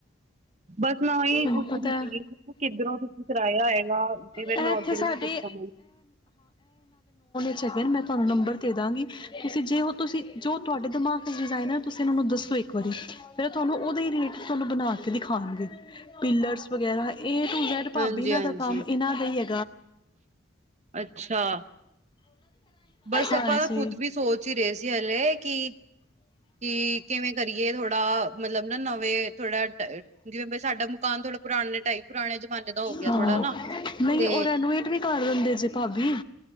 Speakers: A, on the right; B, on the left.
A: ਬਸ ਮੈਂ ਉਹੀ
B: ਤੁਹਾਨੂੰ
A: ਪੁੱਛਣੀ
B: ਪਤਾ
A: ਸੀਗੀ ਕਿੱਧਰੋਂ ਤੁਸੀਂ ਕਰਾਇਆ ਹੈਏਗਾ ਤੇ ਫ
B: ਇਹ
A: ਮੈਂ ਉਓਧਰੋਂ
B: ਇੱਥੇ ਸਾਡੇ
A: ਹੀ ਪੁੱਛਾਂ।
B: ਅੱਛਾ ਫ <unintelligible> ਮੈਂ ਤੁਹਾਨੂੰ ਨੰਬਰ ਦੇ ਦਾਂਗੀ ਤੁਸੀਂ ਜੇ ਉਹ ਤੁਸੀਂ ਜੋ ਤੁਹਾਡੇ ਦਿਮਾਗ 'ਚ ਡਿਜ਼ਾਇਨ ਹੈ ਤੁਸੀਂ ਇਹਨਾਂ ਨੂੰ ਦੱਸੋ ਇੱਕ ਵਾਰੀ ਫਿਰ ਤੁਹਾਨੂੰ ਉਹਦੇ ਹੀ ਰਿਲੇਟਿਡ ਤੁਹਾਨੂੰ ਬਣਾ ਕੇ ਦਿਖਾਣਗੇ ਪੀਲਰਸ ਵਗੈਰਾ ਏ ਟੂ ਜੈਡ ਭਾਬੀ
A: ਹਾਂਜੀ-ਹਾਂਜੀ,
B: ਇਹਨਾਂ ਦਾ ਕੰਮ ਇਹਨਾਂ ਦਾ ਹੀ ਹੈ
A: ਅੱਛਾ ਬਸ
B: ਹਾਂਜੀ
A: ਆਪਾਂ ਖੁਦ ਵੀ ਸੋਚ ਹੀ ਰਹੇ ਸੀ ਹਲੇ ਕਿ ਕੀ ਕਿਵੇਂ ਕਰੀਏ ਥੋੜਾ ਮਲਬ ਨਾ ਨਵੇਂ ਥੋੜਾ ਟ ਜਿਵੇਂ ਪ ਸਾਡਾ ਮਕਾਨ ਥੋੜਾ ਪੁਰਾਣੇ ਟਾਈਪ ਪੁਰਾਣੇ ਜਮਾਨੇ ਦਾ ਹੋ ਗਿਆ
B: ਹਾਂ
A: ਥੋੜਾ ਨਾ
B: ਨਹੀਂ
A: ਤੇ
B: ਉਹ ਰੈਨੋਵੇਟ ਵੀ ਕਰ ਦਿੰਦੇ ਜੇ ਭਾਬੀ